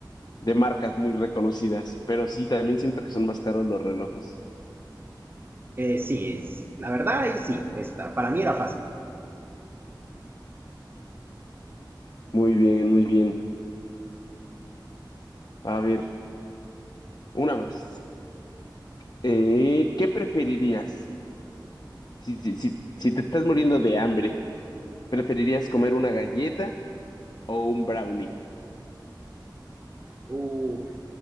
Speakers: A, on the left (about 55°); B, on the right (about 30°).
A: de marcas muy reconocidas, pero sí, también siento que son más caros los relojes.
B: Eh, sí, es- la verdad, ahí sí, está, para mí era fácil.
A: Muy bien, muy bien. A ver, una más. Eh, ¿qué preferirías? Si, si, si, si te estás muriendo de hambre, ¿Preferirías comer una galleta o un brownie?
B: Uf,